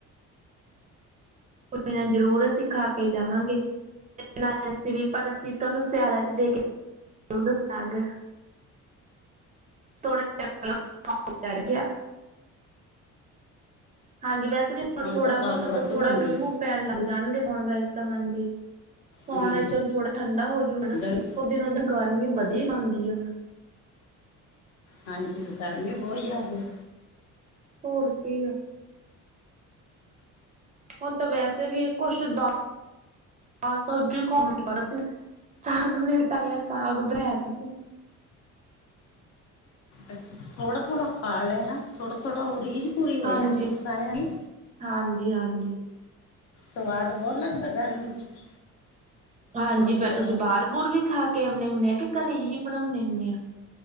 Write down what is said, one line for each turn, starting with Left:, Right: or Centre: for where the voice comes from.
Right: ਕੋਈ ਨਾ ਜ਼ਰੂਰ ਅਸੀਂ ਖਾ ਕੇ ਜਾਵਾਂਗੇ <unintelligible> ਪਰ ਅਸੀਂ ਤੁਹਾਨੂੰ ਸਿਆਲਾਂ ਚ ਦੇ ਕੇ <inaudible> ਸਰੋਂ ਦਾ ਸਾਗ ਥੋੜਾ <unintelligible> ਚੜ ਗਿਆ ਹਾਂਜੀ ਵੈਸੇ ਵੀ ਹੁਣ ਥੋੜਾ
Left: ਤਾਂ
Right: ਮੋਟਾ
Left: ਸਾਗ ਵਾਧੂ
Right: ਤੇ ਥੋੜਾ
Left: ਹੁੰਦੇ
Right: ਮੀਂਹ ਮੂੰਹ ਪੈਣ ਲੱਗ ਜਾਣਗੇ ਸੋਣ <unintelligible> ਤਾਂ ਹਾਂਜੀ ਸੋਣ
Left: ਹੂੰ
Right: ਵਿੱਚ ਹੁਣ ਥੋੜਾ ਠੰਡਾ ਹੋਜੂ ਹਨਾ
Left: ਗਰ-
Right: ਕਿਉ ਦਿਨੋ ਦਿਨ ਗਰਮੀ ਬਧੀ ਜਾਂਦੀ ਹੈ ਹੁਣ
Left: ਹਾਂਜੀ ਗਰਮੀ ਬਹੁਤ ਜ਼ਿਆਦੇ ਐ
Right: ਹੋਰ ਕੀ ਆ ਹੁਣ ਤਾਂ ਵੈਸੇ ਵੀ ਕੁੱਛ ਦਾ ਦਾਲ਼ ਸਬਜੀ <unintelligible> ਸਾਗ ਬਣਾਇਆ ਤੁਸੀਂ
Left: ਅਸੀਂ ਥੋੜਾ ਥੋੜਾ ਖਾ ਲੈਣਾ ਥੋੜਾ ਥੋੜਾ ਉਹ ਰੀਝ ਪੂਰੀ ਹੋ
Right: ਹਾਂਜੀ
Left: ਜਾਂਦੀ ਆ ਸਾਰਿਆਂ ਦੀ
Right: ਹਾਂਜੀ ਹਾਂਜੀ
Left: ਸਵਾਦ ਬਹੁਤ ਲੱਗਦਾ ਗਰਮੀ ਚ ਵੀ।
Right: ਹਾਂਜੀ
Left: ਹੁਣ ਤੇ
Right: ਫੇਰ ਤੁਸੀਂ
Left: ਰੋ-
Right: ਬਾਹਰ ਬੁਹਰ ਵੀ ਖਾ ਕੇ ਆਉਂਣੇ ਹੁੰਨੇ ਆ ਕੇ ਘਰੇ ਹੀ ਬਣਾਉਣੇ ਹੁੰਨੇ ਆ?